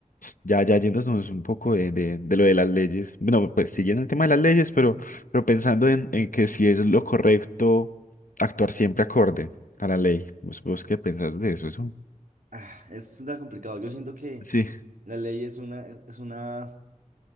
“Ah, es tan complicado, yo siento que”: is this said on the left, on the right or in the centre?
Right